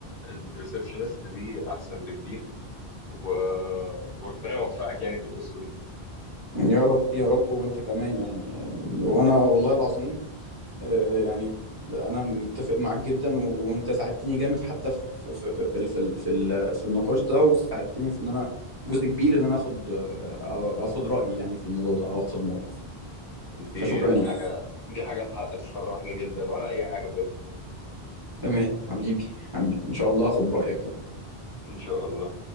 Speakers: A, on the left (about 60°); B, on the right (about 25°).
A: الريسبشنست دي احسن بكتير و... وربنا يوفقك يعني في القصه دي
B: يا رب يا رب وانت كمان يعني يعني وانا والله العظيم آه، يعني انا متفق معاك جدا و- وانت ساعدتني جامد حتى في في في في في في, في, ال- في النقاش ده وساعدتني في ان انا جزء كبير ان انا اخد آه، أو- اخد رأيي يعني في الموضوع ده او اخد موقف
A: دي
B: فشكرا ليك
A: حاجه دي حاجه تح- تشرحني جدا ولا اي حاجه بجد
B: تمام حبيبي حبيبي ان شاء الله اخد برأيك
A: ان شاء الله